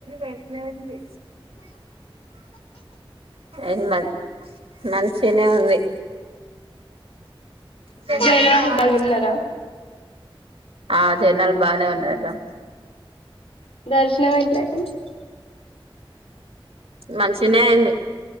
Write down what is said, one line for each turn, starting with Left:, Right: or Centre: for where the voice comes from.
Right: అట్నేవుంది ఎమద్ మంచిగనే ఉంది తెల్లది
Left: జనాలు
Right: బాల్
Left: బాగున్నారా
Right: ఉండదా ఆ జనాలు బానే ఉన్నారు రా
Left: దర్శనం ఎట్ల ఐంది
Right: మంచిగనే అయింది